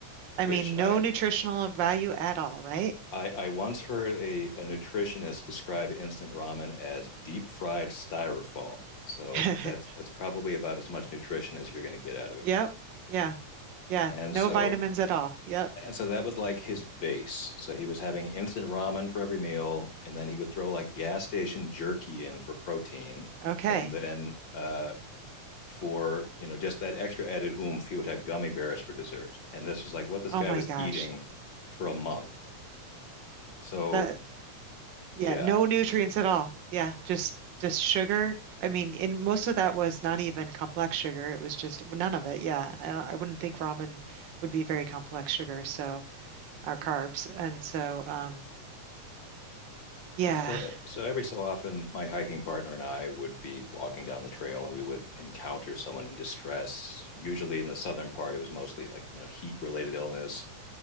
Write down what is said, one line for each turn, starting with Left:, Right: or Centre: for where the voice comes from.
Right: I
Left: which
Right: mean, no
Left: I
Right: nutritional value at all, right?
Left: I, I once heard a, a nutritionist describe instant ramen as deep fried styrofoam. So
Right: <laughs>
Left: that's that's probably about as much nutrition as you're going to get out of it.
Right: Yep. Yeah. Yeah.
Left: And
Right: No
Left: so
Right: vitamins at all. Yep.
Left: And so that was like his base. So he was having instant ramen for every meal, and then he would throw like gas station jerky in for protein,
Right: Okay.
Left: and then uh, for you know just that extra added oomph, he would have gummy bears for dessert. And this was like what this
Right: Oh
Left: guy
Right: my
Left: was
Right: gosh.
Left: eating for a month. So
Right: That Yeah,
Left: yeah,
Right: no nutrients at all. Yeah, just just sugar. I mean, and most of that was not even complex sugar. It was just none of it. Yeah, I don't, I wouldn't think ramen would be very complex sugar, so our carbs. And so, um, yeah.
Left: it's so so every so often my hiking partner and I would be walking down the trail and we would encounter someone in distress. Usually in the southern part, it was mostly like you know heat related illness